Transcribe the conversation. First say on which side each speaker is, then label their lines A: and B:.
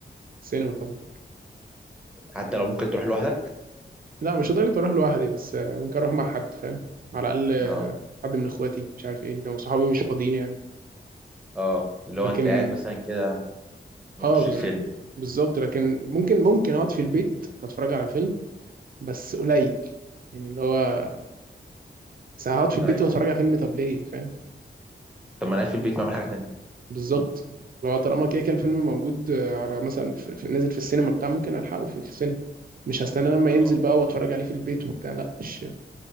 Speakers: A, on the right; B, in the centre.
A: سينما طبعا
B: حتى لو ممكن تروح لوحدك
A: لا مش لدرجه اروح لوحدي بس آه، ممكن اروح مع حد فاهم على الاقل آه،
B: اه
A: حد من اخواتي مش عارف ايه لو صحابي مش فاضيين يعني
B: اه اللي
A: لكن
B: هو انت قاعد مثلا كده نخش
A: اه بز...
B: الفيلم
A: بالظبط لكن ممكن ممكن اقعد في البيت اتفرج على فيلم بس قليل يعني اللي هو بس هقعد في البيت
B: ايوه
A: واتفرج
B: أيوة.
A: على فيلم طب ليه فاهم
B: طب ما انا قاعد في البيت ما اعمل حاجه تانية
A: بالظبط لو طالما كده كده الفيلم موجود آه، على مثلا في في- نازل في السينما بتاع ممكن الحقه في السينما مش هستنى لما
B: اه
A: ينزل بقى واتفرج عليه في البيت وبتاع لا مش